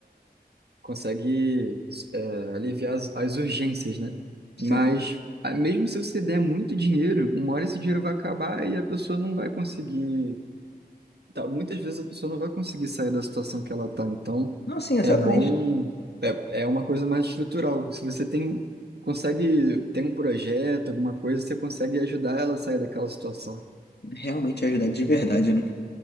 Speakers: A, on the right; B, on the left.
A: consegue é, aliviar as, as urgências, né?
B: Sim.
A: Mas, a- mesmo se você der muito dinheiro, uma hora esse dinheiro vai acabar e a pessoa não vai conseguir Tá, muitas vezes a pessoa não vai conseguir sair da situação que ela está, então
B: Não, sim, exatamente.
A: é bom, é, é uma coisa mais estrutural. Se você tem, consegue, tem um projeto, alguma coisa, você consegue ajudar ela a sair daquela situação.
B: Realmente ajudar de verdade, né?